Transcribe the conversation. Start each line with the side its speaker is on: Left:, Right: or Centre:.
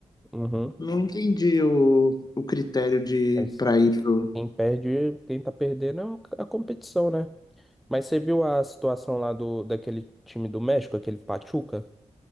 Centre: Uhum.
Left: Não entendi o, o critério de
Centre: Mas
Left: para ir pro.
Centre: quem perde, quem tá perdendo é o- a competição, né? Mas você viu a situação lá do, daquele time do México, aquele Pachuca?